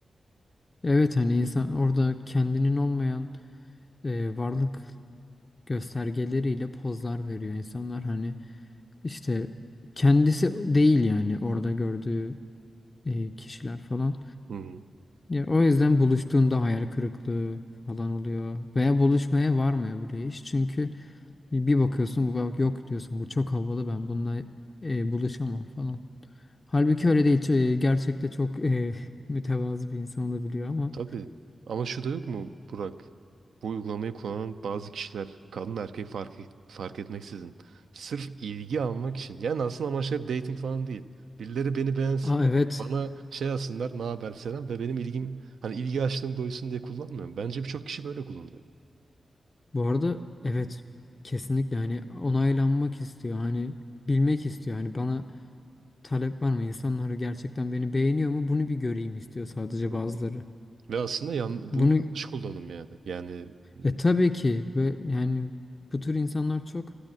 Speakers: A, on the left; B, on the right.
A: Evet hani insan orada kendinin olmayan e, varlık göstergeleriyle pozlar veriyor insanlar hani işte kendisi değil yani orada gördüğü e, kişiler falan.
B: Hı hı.
A: Ya o yüzden buluştuğunda hayal kırıklığı falan oluyor veya buluşmaya varmıyor bile iş. Çünkü bir bakıyorsun bu bak yok diyorsun bu çok havalı ben bununla e, buluşamam falan. Halbuki öyle değil. Ç- e, Gerçekte çok e, <laughs> mütevazı bir insan olabiliyor ama.
B: Tabii. Ama şu da yok mu Burak? Bu uygulamayı kullanan bazı kişiler kadın da erkek fark, fark etmeksizin sırf ilgi almak için. Yani aslında amaçları dating falan değil. Birileri beni beğensin.
A: Aa evet.
B: Bana şey yazsınlar ne haber selam ve benim ilgim hani ilgi açlığım doysun diye kullanmıyorum. Bence birçok kişi böyle kullanıyor.
A: Bu arada evet kesinlikle hani onaylanmak istiyor hani bilmek istiyor hani bana talep var mı insanlar gerçekten beni beğeniyor mu bunu bir göreyim istiyor sadece
B: Hı
A: bazıları.
B: hı. Ve aslında yan,
A: Bunu
B: bu yanlış kullanım yani. Yani e,
A: e tabii ki ve yani bu tür insanlar çok